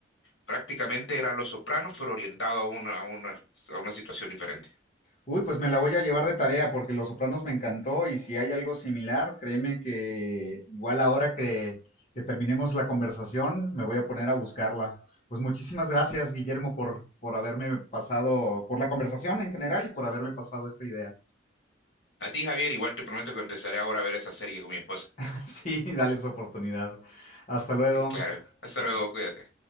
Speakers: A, on the left; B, on the left.
A: Prácticamente eran Los Sopranos, pero orientado a una, a una, a una situación diferente.
B: Uy, pues me la voy a llevar de tarea porque Los Sopranos me encantó y si hay algo similar, créeme que igual ahora que, que terminemos la conversación, me voy a poner a buscarla. Pues muchísimas gracias, Guillermo, por, por haberme pasado, por la conversación en general y por haberme pasado esta idea.
A: A ti, Javier, igual te prometo que empezaré ahora a ver esa serie con mi esposa.
B: <laughs> sí, dale su oportunidad. Hasta luego.
A: Sí, claro. Hasta
B: Bye.
A: luego, cuídate.